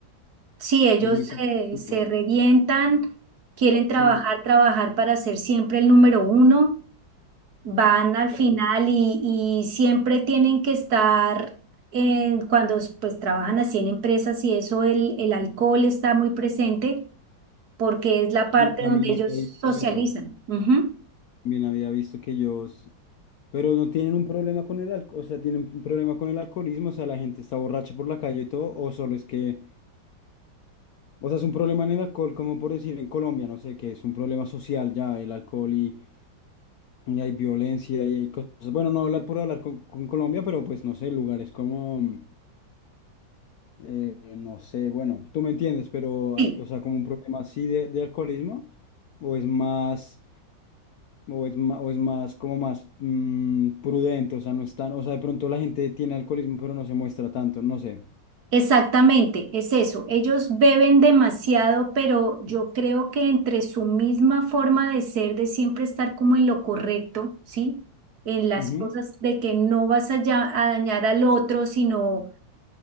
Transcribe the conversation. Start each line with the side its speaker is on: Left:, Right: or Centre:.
Right: sí, ellos
Left: Es muy complicado.
Right: eh, se revientan, quieren trabajar,
Left: Mm,
Right: trabajar para ser siempre el número uno, van al
Left: claro.
Right: final y, y siempre tienen que estar, eh, cuando pues trabajan así en empresas y eso, el, el alcohol está muy presente porque es la parte
Left: Sí, también
Right: donde ellos
Left: había visto
Right: socializan.
Left: eso.
Right: Ujú.
Left: También había visto que ellos, pero no tienen un problema con el alcohol, o sea, tienen un problema con el alcoholismo, o sea, la gente está borracha por la calle y todo, o solo es que, o sea, es un problema en el alcohol, como por decir en Colombia, no sé, que es un problema social ya, el alcohol y, y hay violencia y hay cosas. Bueno, no hablar por hablar con, con Colombia, pero pues no sé, lugares como... eh, no sé, bueno, tú me entiendes, pero
Right: Sí,
Left: hay, o sea, como un problema así de, de alcoholismo, o es más, o es más, o es más, como más mm, prudente, o sea, no es tan, o sea, de pronto la gente tiene alcoholismo, pero no se muestra tanto, no sé.
Right: exactamente, es eso. Ellos beben demasiado, pero yo creo que entre su misma forma de ser, de siempre estar como en lo correcto, ¿sí? En las
Left: Ujú.
Right: cosas de que no vas a, ya- a dañar al otro, sino